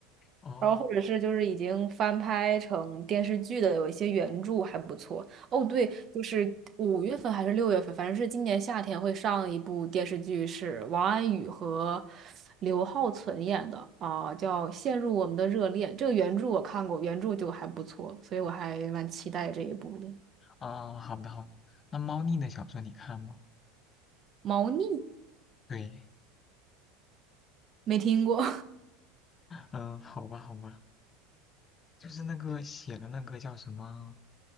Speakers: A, on the left; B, on the right.
A: 哦，
B: 然后或者是就是已经翻拍成电视剧的，有一些原著还不错。哦，对，就是五月份还是六月份，反正是今年夏天会上一部电视剧，是王安宇和刘浩存演的啊，叫《陷入我们的热恋》。这个原著我看过，原著就还不错，所以我还蛮期待这一部的。
A: 哦，好的好的，那猫腻的小说你看吗？
B: 猫腻
A: 对，
B: 没听过
A: 嗯、好吧好吧，就是那个写的那个叫什么？